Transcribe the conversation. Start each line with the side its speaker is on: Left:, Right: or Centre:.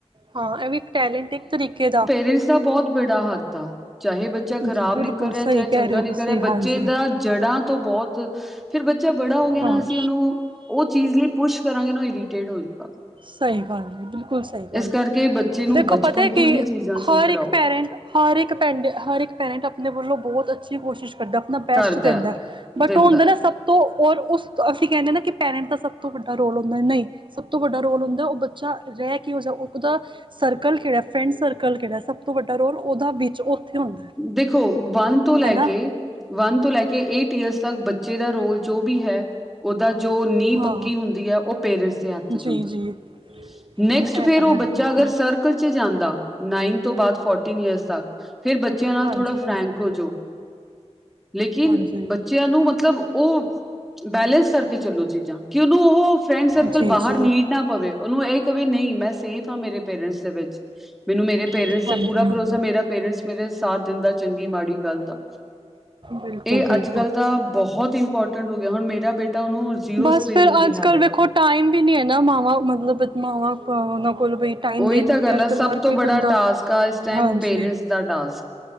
Right: ਹਾਂ ਐ ਵੀ ਇੱਕ ਟੈਲੈਂਟ ਇੱਕ ਤਰੀਕੇ ਦਾ
Centre: ਪਿੰਸ ਦਾ ਬੋਹਤ ਬੜਾ ਹੱਥ ਆ ਚਾਹੇ ਬੱਚਾ
Right: ਜੀ
Centre: ਖਰਾਬ
Right: ਬਿਲਕੁਲ
Centre: ਨਿਕਲ ਰਿਆ
Right: ਸਹੀ
Centre: ਚਾਹੇ ਚੰਗਾ
Right: ਕਹਿ ਰਹੇ ਹੋ
Centre: ਨਿਕਲ
Right: ਤੁਸੀਂ
Centre: ਰਿਆ
Right: ਹਾਂਜੀ
Centre: ਬੱਚੇ ਦਾ ਜੜ੍ਹਾਂ ਤੋਂ ਬੋ, ਫੇਰ ਬੱਚਾ ਬੜਾ ਹੋ ਗਿਆ
Right: ਹਾਂ
Centre: ਨਾ ਅਸੀਂ ਓਨੂੰ ਓ ਚੀਜ਼ ਲਈ ਪੁਸ਼ ਕਰਾਂਗੇ ਨਾ ਓ ਇਰੀਟੇਟ ਹੋਜੂਗਾ।
Right: ਸਹੀ ਗੱਲ ਏ, ਬਿਲਕੁਲ ਸਹੀ ਗੱਲ
Centre: ਇਸ ਕਰਕੇ
Right: ਏ,
Centre: ਬੱਚੇ ਨੂੰ
Right: ਦੇਖੋ
Centre: ਬਚਪਨ
Right: ਪਤਾ ਕਿ
Centre: ਤੋਂ ਹੀ ਚੀਜ਼ਾਂ ਸਿੱਖ
Right: ਹਰ
Centre: ਕਰਾਓ
Right: ਇੱਕ ਪੈਰੇਟ ਹਰ ਇੱਕ ਪੈਂਡੇ ਹਰ ਇੱਕ ਪੈਰੇਟ ਆਪਣੇ ਵੱਲੋਂ ਬਹੁਤ ਅੱਛੀ ਕੋਸ਼ਿਸ਼ ਕਰਦਾ ਅਪਨਾ ਬੈਸਟ
Centre: ਕਰਦਾ
Right: ਦੇਦਾ। ਬਟ
Centre: ਦਿੰਦਾ
Right: ਉਹ ਹੁੰਦਾ ਨਾ
Centre: ਹੈ
Right: ਸਭ ਤੋਂ ਔਰ ਉਸ ਅਸੀਂ ਕੇਇੰਦੇ ਆ ਨਾ ਕਿ ਪੈਰੇਟਸ ਦਾ ਸਭ ਤੋਂ ਵੱਡਾ ਰੋਲ ਹੁੰਦਾ, ਨਹੀਂ ਸ ਤੁਹਾਡਾ ਰੋਲ ਹੁੰਦਾ ਉਹ ਬੱਚਾ ਰਹਿ ਕਿਉ ਜਾ ਓਦਾ ਸਰਕਲ ਕੇੜਾ ਫਰੈਂਡ ਸਰਕਲ ਕਿਹੜਾ ਸਭ ਤੋਂ ਵੱਡਾ ਰੋਲ ਉਹਦਾ ਵਿੱਚ ਉੱਥੇ ਹੁੰਦਾ ਹੈ
Centre: ਦੇਖੋ ਵੰਨ ਤੋਂ ਲੈ
Right: ਹੈ ਨਾ
Centre: ਕੇ, ਵੰਨ ਤੋਂ ਲੈ ਕੇ ਏਟ ਈਅਰਸ ਤੱਕ ਬੱਚੇ ਦਾ ਰੋਲ ਜੋ ਵੀ ਹੈ, ਓਦਾ ਜੋ ਨੀਂਹ
Right: ਹਾਂ
Centre: ਪੱਕੀ ਹੁੰਦੀ ਹੈ, ਓਹ ਪੇਰੈਂਟਸ ਦੇ ਹੱਥ
Right: ਜੀ
Centre: ਚ ਹੁੰਦੀ
Right: ਜੀ
Centre: ਐ। ਨੈਕਸਟ
Right: ਹਾਂ, ਇਹ
Centre: ਫੇਰ
Right: ਤਾਂ ਹੈ
Centre: ਓਹ ਬੱਚਾ
Right: ਬਿਲਕੁਲ
Centre: ਅਗਰ ਸਰਕਲ ਚ ਜਾਂਦਾ, ਨਾਈਨ ਤੋਂ ਬਾਅਦ ਫੋਰਟੀਨ ਈਅਰਸ ਤੱਕ, ਫਿਰ ਬੱਚੇ ਚਿਆਂ ਨਾਲ
Right: ਹਾਂਜੀ
Centre: ਥੋੜਾ
Right: ਹਾਂਜੀ
Centre: ਫਰੈਂਕ ਹੋ ਜੋ, 'ਲੇਕਿਨ
Right: ਹਾਂਜੀ
Centre: ਬੱਚਿਆਂ ਨੂੰ ਮਤਲਬ ਓਹ ਬੈਲੇੈਂਸ ਕਰਕੇ ਚਲੋ ਚੀਜ਼ਾਂ ਕਿ ਉਹਨੂੰ ਉਹ ਫਰੈਂਡ ਸਰਕਲ
Right: ਜੀ
Centre: ਬਾਹਰ
Right: ਜੀ
Centre: ਨੀਡ ਨਾ ਪਵੇ, ਉਹਨੂੰ ਇਹ ਕਵੇ ਨਹੀਂ ਮੈਂ ਸੇਫ ਆ ਮੇਰੇ ਪੇਰੈਂਟਸ ਦੇ ਵਿੱਚ, ਮੈਨੂੰ ਮੇਰੇ ਪੇਰੈਂਟਸ
Right: ਹਾਂਜੀ
Centre: ਤੇ ਪੂਰਾ
Right: ਹਾਂਜੀ
Centre: ਭਰੋਸਾ ਮੇਰਾ ਪੇਰੈਂਟਸ ਮੇਰੇ ਸਾਥ ਦਿੰਦਾ ਚੰਗੀ ਮਾੜੀ ਗੱਲ ਦਾ।
Right: ਬਿਲਕੁਲ-ਬਿਲਕੁਲ।
Centre: ਇਹ ਅੱਜ ਕੱਲ੍ਹ ਤਾਂ ਬਹੁਤ ਇੰਪੋਰਟੈਂਟ ਹੋ ਗਿਆ, ਹੁਣ ਮੇਰਾ ਬੇਟਾ ਉਹਨੂੰ ਜ਼ੀਰੋ
Right: ਬਸ
Centre: ਸਕਰੀਨਿੰਗ
Right: ਫਿਰ
Centre: ਦੀ
Right: ਅੱਜ
Centre: ਹੈਬਿਟ
Right: ਕੱਲ ਵੇਖੋ
Centre: ਆ
Right: ਟਾਈਮ ਵੀ ਨਹੀਂ ਹੈਗਾ ਨਾ ਮਾਵਾਂ ਮਤਲਬ ਮਾਵਾਂ ਉਹਨਾਂ ਕੋਲ ਬਈ ਟਾਈਮ
Centre: ਉਹੀ
Right: ਦੇ ਨੂੰ
Centre: ਤਾਂ
Right: ਕਿ
Centre: ਗੱਲ
Right: ਅੱਜ
Centre: ਆ
Right: ਕੱਲ
Centre: ਸਭ
Right: ਹਰ
Centre: ਤੋਂ
Right: ਕੋਈ
Centre: ਬੜਾ
Right: ਬੰਦਾ,
Centre: ਟਾਸਕ ਆ ਇਸ ਟਾਈਮ
Right: ਹਾਂਜੀ!
Centre: ਪੇਰੈਂਟਸ ਦਾ ਟਾਸਕ,